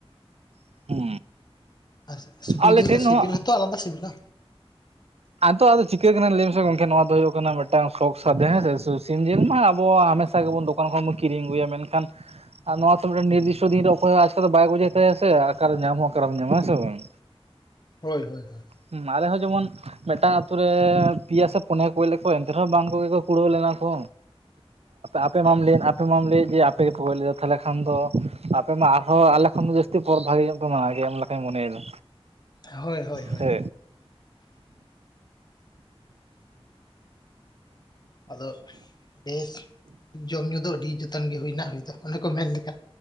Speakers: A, on the right; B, on the left.
A: ᱦᱩᱸ
B: ᱟᱨ ᱥᱩᱠᱨᱤ
A: ᱟᱞᱮ
B: ᱡᱤᱞ
A: ᱴᱷᱮᱱ
B: ᱫᱚ ᱥᱤᱵᱤᱞ
A: ᱦᱚᱸ
B: ᱦᱚᱸᱛᱚ ᱟᱞᱟᱫᱟ ᱥᱤᱵᱤᱞᱟ
A: ᱟᱫᱚ ᱟᱫᱚ ᱪᱤᱠᱟᱹ ᱠᱟᱱᱟ ᱞᱟᱹᱭᱢᱥᱮ ᱜᱚᱝᱠᱮ ᱱᱚᱣᱟ ᱫᱚ ᱦᱩᱭᱩᱜ ᱠᱟᱱᱟ ᱢᱤᱫᱴᱟᱝ ᱥᱚᱠ ᱥᱟᱫᱷᱮ ᱦᱮᱸ ᱥᱩ ᱥᱤᱢ ᱡᱤᱞ ᱢᱟ ᱟᱵᱚᱣᱟᱜ ᱦᱟᱢᱮᱥᱟ ᱜᱮᱵᱚᱱ ᱫᱚᱠᱟᱱ ᱠᱷᱚᱱ ᱵᱚᱱ ᱠᱤᱨᱤᱧ ᱟᱹᱜᱩᱭᱟ ᱢᱮᱱᱠᱷᱟᱱ ᱟᱨ ᱱᱚᱣᱟ ᱢᱤᱫᱴᱮᱱ ᱱᱤᱨᱫᱤᱥᱴᱚ ᱫᱤᱱᱨᱮ ᱚᱠᱚᱭ ᱦᱟᱸ ᱵᱟᱭ ᱜᱚᱡᱟᱭ ᱛᱟᱭᱟ ᱥᱮ ᱚᱠᱟᱨᱮ ᱧᱟᱢᱼᱟ ᱚᱠᱟᱨᱮᱢ ᱧᱟᱢᱟ ᱦᱮᱸ ᱥᱮ ᱵᱟᱝ
B: ᱦᱳᱭ ᱦᱳᱭᱳᱭ
A: ᱦᱩᱸ ᱟᱞᱮ ᱦᱚᱸ ᱡᱮᱢᱚᱱ ᱢᱤᱫᱴᱟᱝ ᱟᱛᱳ ᱨᱮ ᱯᱮᱭᱟ ᱥᱮ ᱯᱩᱱᱭᱟ ᱠᱚ ᱜᱚᱡ ᱞᱮᱫ ᱠᱚᱣᱟ ᱮᱱᱛᱮ ᱨᱮᱦᱚᱸ ᱵᱟᱝ ᱠᱚᱜᱮ ᱠᱚ ᱠᱩᱲᱟᱹᱣ ᱞᱮᱱᱟ ᱠᱚ ᱟᱯᱮ ᱢᱟᱢ ᱞᱟᱹᱭ ᱟᱯᱮ ᱢᱟᱢ ᱞᱟᱹᱭᱮᱫ ᱡ ᱟᱯᱮ ᱜᱮᱯᱮ ᱜᱚᱡ ᱞᱮᱫᱟ ᱛᱟᱦᱮᱸ ᱠᱷᱟᱱ ᱫᱚ ᱟᱯᱮ ᱢᱟ ᱟᱨᱦᱚᱸ ᱟᱞᱮ ᱠᱷᱚᱱ ᱫᱚ ᱡᱟᱹᱥᱛᱤ ᱯᱚᱨ ᱵᱷᱟᱜᱮ ᱧᱚᱜ ᱯᱮ ᱢᱟᱱᱟᱣ ᱜᱮᱭᱟ ᱮᱢ ᱞᱮᱠᱟᱧ ᱢᱚᱱᱮᱭᱮᱫᱟ
B: ᱦᱳᱭ ᱦᱳᱭ ᱦᱳᱭ
A: ᱥᱮ
B: ᱟᱫᱚ ᱵᱮᱥ ᱡᱚᱢ ᱧᱩ ᱫᱚ ᱟᱹᱰᱤ ᱡᱚᱛᱚᱱ ᱜᱮ ᱦᱩᱭᱱᱟ ᱦᱩᱭ ᱫᱚ ᱚᱱᱮ ᱠᱚ ᱢᱮᱱ ᱞᱮᱠᱷᱟᱱ